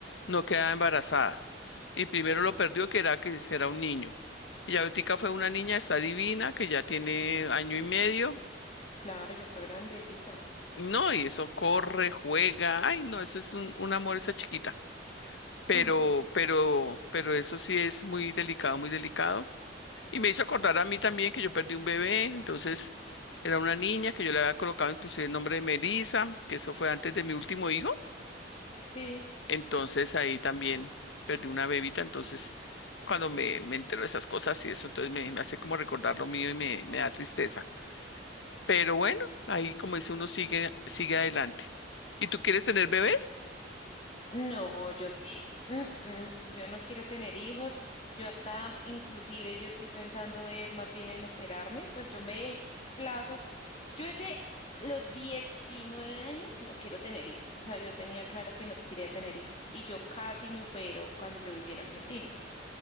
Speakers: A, on the left; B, on the left.
A: no quedaba embarazada. Y primero lo perdió que era que es que era un niño. Y ya ahorita fue una niña, está divina, que ya tiene año y medio.
B: Claro, ya está grandecita.
A: No, y eso corre, juega. Ay, no, eso es un, un amor esa chiquita. Pero,
B: Ajá,
A: pero, pero eso sí es muy delicado, muy delicado. Y me hizo acordar a mí también que yo perdí un bebé, entonces era una niña que yo le había colocado inclusive el nombre de Melissa, que eso fue antes de mi último hijo.
B: sí.
A: Entonces ahí también perdí una bebita, entonces cuando me, me entero de esas cosas y eso, entonces me, me hace como recordar lo mío y me, me da tristeza. Pero bueno, ahí como dice uno sigue, sigue adelante. ¿Y tú quieres tener bebés?
B: No, yo sí. mm, mm, Yo no quiero tener hijos. Yo hasta, inclusive, yo estoy pensando es más bien en operarme. Pues yo me di plazo Yo desde los 19 años no quiero tener hijos, o sea, yo tenía claro que no quería tener hijos y yo casi me opero cuando yo vivía en Argentina,